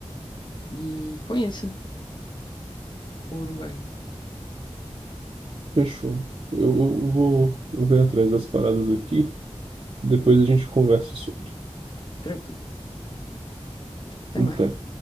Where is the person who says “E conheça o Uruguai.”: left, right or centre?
Left